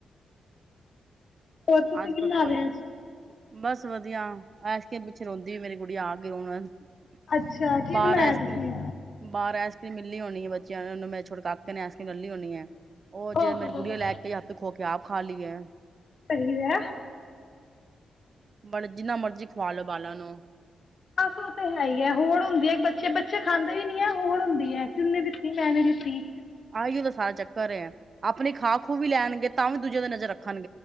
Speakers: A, on the left; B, on the right.
A: ਹੋਰ
B: ਅੱਜ
A: ਤੁਸੀਂ ਕਿਨਾ
B: ਕੱਲ ਕੋਈ
A: ਬਨਾਲਿਆ ਅੱਜ
B: ਬਸ ਵਧੀਆ <unintelligible> ਪਿੱਛੇ ਰੋਂਦੀ ਮੇਰੀ ਕੁੜੀ <unintelligible> <unintelligible>
A: ਅੱਛਾ ਕੀ
B: ਬਾਹਾਰ
A: ਬਣਾਇਆ
B: ਆਈਸ
A: ਤੁਸੀਂ
B: ਕਰ੍ਰੀਮ ਬਾਹਾਰ ਆਈਸ ਕਰ੍ਰੀਮ ਮਿਲਣੀ ਹੋਣੀ ਹੈ ਬੱਚਿਆਂ ਨੇ ਉਹਨੂੰ ਮੈਂ ਛੁਟ ਕਾਕੇ ਨੇ ਐਸ ਕਰੀਮ ਡੌਲੀ ਹਣੀ ਐ ਉਹ
A: ਓਹੋ
B: ਜੇ ਮੇਰੀ ਗੁੜੀਆਂ ਲੈ ਕੇ ਹੱਥ ਖੋ ਕੇ <unintelligible> ਖਾ ਲਈ ਹੈ
A: ਸਹੀ ਆ
B: ਬੜ ਜਿੰਨਾ ਮਰਜੀ ਖਵਾ ਲੋ ਬਾਲਾਂ ਨੂੰ
A: ਬਸ ਉਹ ਤਾਂ ਹੈ ਹੀ ਹੈ ਹੋਰ ਹੁੰਦੀ ਹੈ ਬੱਚੇ ਬੱਚੇ ਖਾਂਦੇ ਵੀ ਨੀ ਹੈ ਹੋਰ ਹੁੰਦੀ ਹੈ ਕਿਨੇ ਲਤੀ ਮੈਂ ਨ ਲਿੱਤੀ
B: ਆਈਓ ਤਾਂ ਸਾਰਾ ਚੱਕਰ ਹੈ ਆਪਣੀ ਖਾਹ ਖੂਹ ਵੀ ਲੈਣਗੇ ਤਾਂ ਵੀ ਦੂਜ ਦੇ ਨਜ਼ਰੱਖ